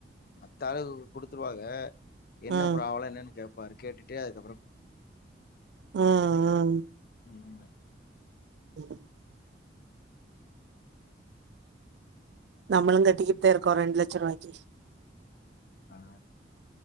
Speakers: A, on the left; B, on the right.
A: மத்தாளுவு குடுத்துருவா ஏ என்ன
B: ம்
A: ப்ராப்லொ என்னன்னு கேப் ப்பாரு கேட்டுட்டே அதுக்கப்புறோ
B: ம் ம்
A: ஒண்ணு இல்ல
B: <unintelligible> நம்மளுங்க டித்தெட்டு இருக்கோ ரெண்டுலெட்ச ரூபாய்க்கு
A: அ